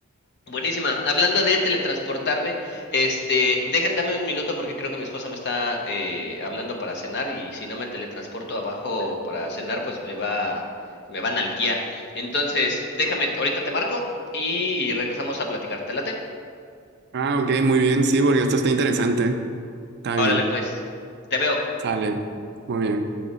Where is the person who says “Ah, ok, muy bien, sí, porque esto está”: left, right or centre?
Right